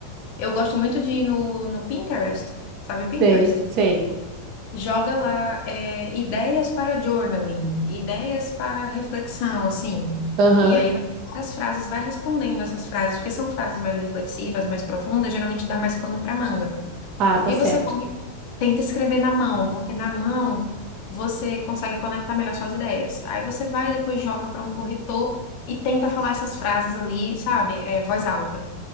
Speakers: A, on the left; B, on the right.
A: Eu gosto muito de ir no, no Pinterest, sabe Pinterest?
B: Sei, sei.
A: Joga lá é, ideias para journaling, ideias para reflexão, assim.
B: Aham.
A: E aí vai ter várias frases, vai respondendo essas frases, porque são frases mais reflexivas, mais profundas, geralmente dá mais pano para manga.
B: Ah, tá
A: E
B: certo.
A: você vai, tenta escrever na mão, porque na mão você consegue conectar melhor suas ideias. Aí você vai e depois joga para um corretor e tenta falar essas frases ali, sabe? É, voz alta